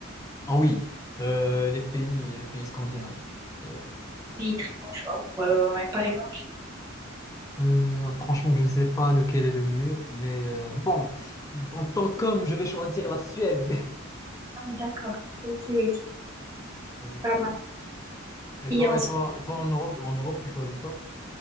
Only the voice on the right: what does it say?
Oui, très bon choix. Ouais, ouais, ouais. Par
exemple,
Ah oui, d'accord. Ok, ok.
Pas mal.
Et
ensuite,